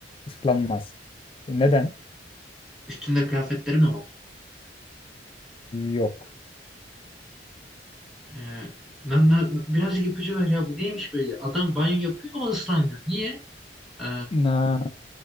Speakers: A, on the left; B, in the centre.
A: ıslanmaz. Neden?
B: Üstünde kıyafetleri mi var?
A: Yok.
B: Ee, lan- lan- birazcık ipucu ver ya. Bu neymiş böyle? Adam banyo yapıyor ama ıslanmıyor. Niye? Ee,
A: Na-